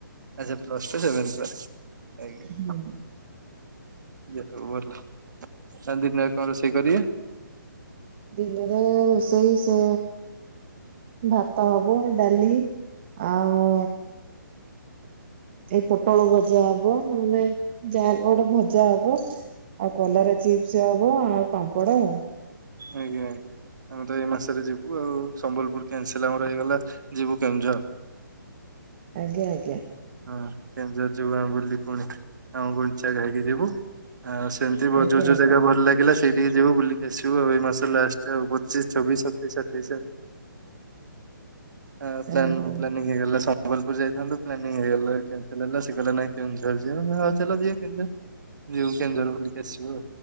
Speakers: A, on the right; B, on the right.
A: ଆଚ୍ଛା ପ୍ଲସ୍ ଟୁ, ସେଭେନ୍ କ୍ଲାସ୍ ଆଜ୍ଞା
B: ହୁଁ
A: <unintelligible> ଭଲ ଆଉ ଦିନରେ କଣ ରୋଷେଇ କରିବେ?
B: ଦିନରେ ରୋଷେଇ ସେ ଭାତ ହବ ଡାଲି ଆଉ ଏଇ ପୋଟଳ ଭଜା ହବ, ନହେନେ ଯାହା କି ଗୋଟେ ଭଜା ହବ। ଆଉ କଲରା ଚିପ୍ସ ହବ ଆଉ ପାମ୍ପଡ ଆଉ।
A: ଆଜ୍ଞା, ଆଜ୍ଞା। ଆମେ ତ ଏଇ ମାସରେ ଯିବୁ ଆଉ। ସମ୍ବଲପୁର କେନସଲ୍ ଆମର ହେଇଗଲା ଯିବୁ କେଉଁଝର।
B: ଆଜ୍ଞା, ଆଜ୍ଞା।
A: ହଁ କେଉଁଝର ଯିବୁ ଆମେ ବୁଲି ପୁଣି। ଆମ ଗୁଣ୍ଡିଚାଘାଗି ଯିବୁ। ଆଉ ସେମିତି ବ-ଯୋଉ
B: ଆଜ୍ଞା
A: ଯୋଉ
B: ଆଜ୍ଞା
A: ଜାଗା ଭଲ ଲାଗିଲା ସେଇଟିକି ଯିବୁ ବୁଲିକି ଆସିବୁ ଆଉ। ଏଇ ମାସ ଲାଷ୍ଟ ଆଉ <inaudible> ଚି ଛବିଶ, ସତେଇଶ, ଅଠେଇଶ ଆଉ। ଆ,
B: ହଁ
A: ପ୍ଲାନ୍ ପ୍ଲାନିଂ ହେଇଗଲା ସମ୍ବଲପୁର ଯାଇଥାନ୍ତୁ ପ୍ଲାନିଂ ହେଇଗଲା ଏ କ୍ୟାନସେଲ୍ ହେଲା। ସେ ସେ କହିଲା ନାଇଁ କେଉଁଝର ଯିବା ମୁଁ ହଉ ଚାଲ ଯିବା କେଉଁଝର। ଯିବୁ କେଉଁଝର ବୁଲି। ଆସିବ,